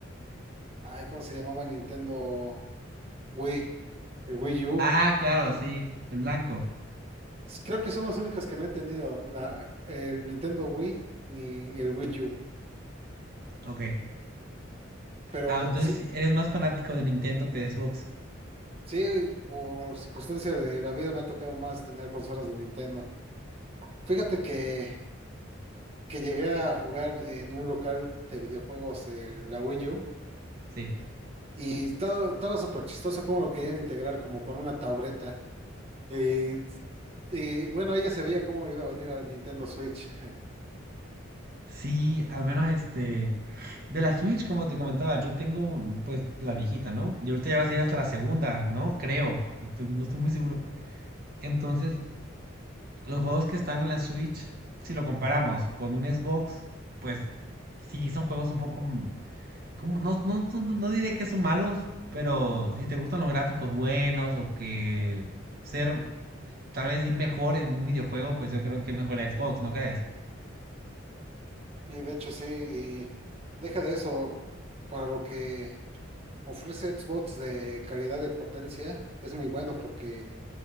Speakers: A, on the right; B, on the right.
A: Ay, ¿cómo se llamaba? el Nintendo Wii. El Wii U.
B: Ah, claro, sí, el blanco.
A: Creo que son los únicos que no he tenido, la- el Nintendo Wii ni el Wii U.
B: Ok.
A: Pero
B: Ah, entonces
A: sí,
B: sí, eres más fanático de Nintendo que de Xbox.
A: sí, por circunstancia de la vida me ha tocado más tener consolas de Nintendo. Fíjate que, que llegué a jugar en un local de videojuegos eh, la Wii U
B: Sí.
A: y estaba, estaba súper chistoso cómo lo querían integrar como con una tableta. Y, y bueno, ella se veía cómo iba a venir a Nintendo Switch. <laughs>
B: Sí, al menos este. De la Switch, como te comentaba, yo tengo pues la viejita, ¿no? Y ahorita ya vas a ir hasta la segunda, ¿no? Creo. Estoy- no estoy muy seguro. Entonces, los juegos que están en la Switch, si lo comparamos con un Xbox, pues sí son juegos un poco. mm, como- no, no, no, no diré que son malos, pero si te gustan los gráficos buenos o que ser tal vez ir mejor en un videojuego, pues yo creo que mejor la Xbox, ¿no crees?
A: Y de hecho sí, y deja de eso, para lo que... Ofrece Xbox de calidad en potencia. Es muy bueno porque